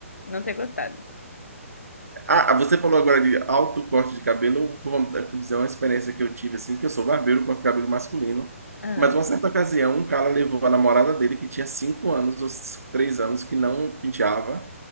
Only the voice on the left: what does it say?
e não ter gostado.
Aham.